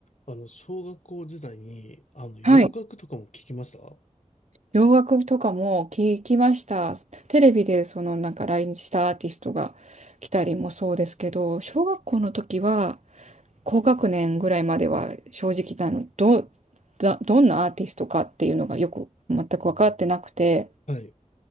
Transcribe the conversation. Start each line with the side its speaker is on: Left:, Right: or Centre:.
Left: あの、小学校時代に、あの、洋楽とかも聞きました
Right: はい。洋楽とかも聞きました。テレビでそのなんか来日したアーティストが来たりもそうですけど、小学校の時は高学年ぐらいまでは正直なの、ど、だ、どんなアーティストかっていうのがよく全く分かってなくて、
Left: はい。